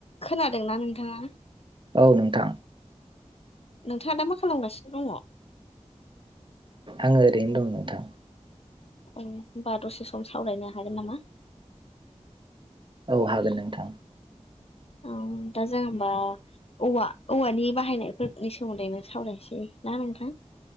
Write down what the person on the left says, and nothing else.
खोनादोंना नोंथाङा?
नोंथाङा दा मा खालामगासिनो दङ?
औ होमबा द'से सम सावरायनो हागोन नामा?
औ दा जेनबा औव औवानि बाहायनायफोरनि सोमोन्दै नों सावरायसै ना नोंथां।